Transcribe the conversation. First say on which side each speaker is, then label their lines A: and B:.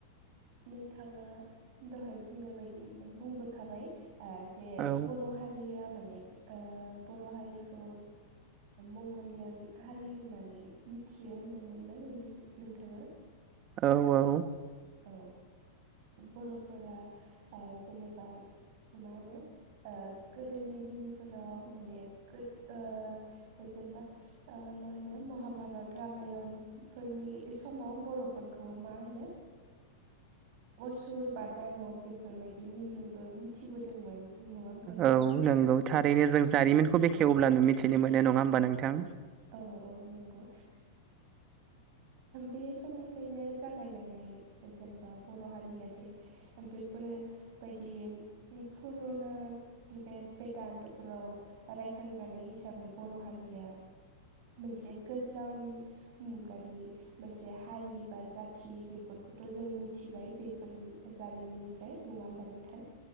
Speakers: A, on the right; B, on the right.
A: नोंथाङा दहाय बुंनाय बायदि बुंबोखाबाय। जे
B: औ
A: बर' हारिया माने बर' हारिखौ मंगलियान हारि होननानै मिथियो होनदोंमोन ना नोंथाङा।
B: औ औ।
A: औ बर'फोरा जेनेबा मा होनो गोदोनि दिनफोराव माने गो जेनेबा मा होनो महाभारत रामायणफोरनि समाव बर' फोरखौ मा होनो असुर बा दानब बेफोरबायदि मुंजोंबो मिथिबोदोंमोन। नङा होमब्ला नोंथां?
B: औ नंगौ थारैनो जों जारिमिनखौ बेखेवब्लानो मिथिनो मोनो नङा होमबा नोंथां।
A: औ औ नंगौ। बे समनिफ्रायनो जागायनानै जेनेबा बर' हारिया दि बेफोर बायदि। पुरुना बेट बेदान्थ'फोराव रायखांजानाय हिसाबै बर' हारिया मोनसे गोजाम मुगानि मोनसे हारिबा जाथि बेफोरखौथ' जों मिथिबाय बेफोरनि जारिमिननिफ्राय। नङा होमबा नोंथां।